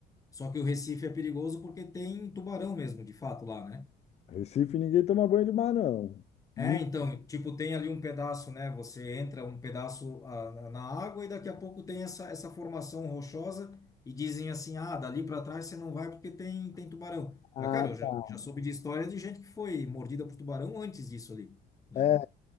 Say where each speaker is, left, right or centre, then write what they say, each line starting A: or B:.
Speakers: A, on the left (about 20°); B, on the left (about 40°).
A: Só que o Recife é perigoso porque tem tubarão mesmo, de fato, lá, né?
B: Recife ninguém toma banho de mar, não.
A: É,
B: Me
A: então, tipo, tem ali um pedaço, né? Você entra um pedaço ah, na água e daqui a pouco tem essa, essa formação rochosa e dizem assim, ah, dali para trás você não vai porque tem, tem tubarão.
B: mata.
A: Mas, cara, eu já, já soube de história de gente que foi mordida por tubarão antes disso ali, né?
B: É,